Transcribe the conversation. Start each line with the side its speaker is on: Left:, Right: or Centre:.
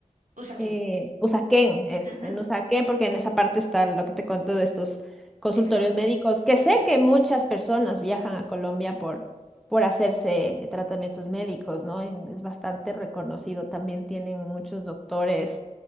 Right: Usaquén.
Centre: eh, Usaquén es,
Right: Ajá,
Centre: en Usaquén, porque en esa parte está lo que te cuento de estos consultorios
Right: exámenes.
Centre: médicos, que
Right: Ok.
Centre: sé que muchas personas viajan a Colombia por, por hacerse eh, tratamientos médicos, ¿no? En- Es bastante reconocido, también tienen muchos doctores.